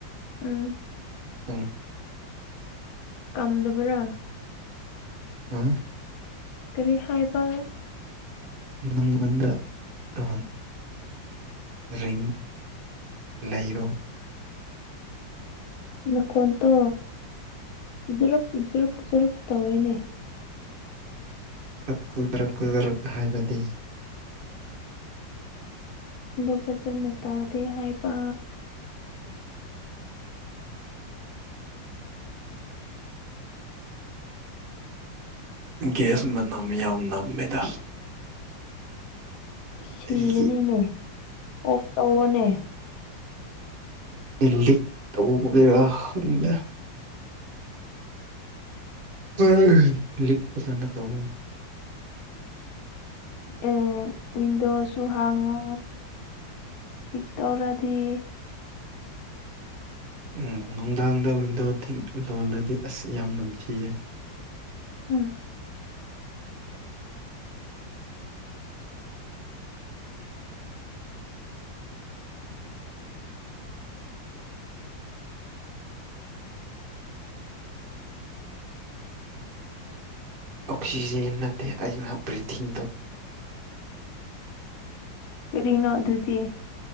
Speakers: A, on the left; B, on the right.
A: ꯎꯝ
B: ꯎꯝ
A: ꯀꯝꯗꯕꯔꯥ
B: ꯑ
A: ꯀꯔꯤ ꯍꯥꯏꯕ
B: ꯅꯪꯪ ꯃꯅꯨꯡꯗꯗ ꯑ ꯔꯤꯡ ꯂꯩꯕ
A: ꯅꯈꯣꯟꯇꯣ ꯖꯔꯛ ꯖꯔꯨꯛ ꯖꯔꯛ ꯇꯧꯋꯦꯅꯦ
B: ꯀꯛ ꯀꯨꯗꯔꯛ ꯀꯨꯗꯔꯛ ꯍꯥꯏꯕꯗꯤ
A: ꯗꯣ ꯐꯖꯅ ꯇꯥꯗꯦ ꯍꯥꯏꯕ
B: ꯦ ꯦꯁ ꯃꯅꯥꯝ ꯌꯥꯝ ꯅꯝꯃꯦꯗ
A: ꯁꯤꯒꯅꯤꯅꯦ
B: ꯑꯩꯒꯤ
A: ꯑꯣꯐ ꯇꯧꯔꯅꯦ
B: ꯜꯂꯤ ꯇꯧꯕꯔꯟꯅ ꯍ ꯂꯤꯛꯄꯁꯅ ꯇꯒꯦ
A: ꯑꯦ ꯋꯤꯟꯗꯣꯁꯨ ꯍꯥꯡꯉꯣ ꯄꯤꯛ ꯇꯧꯔꯗꯤ
B: ꯎꯝ ꯅꯨꯡꯗꯥꯡꯗ ꯋꯤꯟꯗꯣ ꯇꯤꯡ ꯂꯣꯜꯂꯗꯤ ꯑꯁ ꯌꯥꯝ ꯅꯝꯊꯤꯌꯦ
A: ꯎꯝ
B: ꯑꯣꯛꯁꯖꯦꯟ ꯅꯇꯩ ꯑꯨ ꯭ꯔꯤꯊꯤꯤꯡ ꯗ
A: ꯀꯔꯤꯅꯣ ꯑꯗꯨꯗꯤ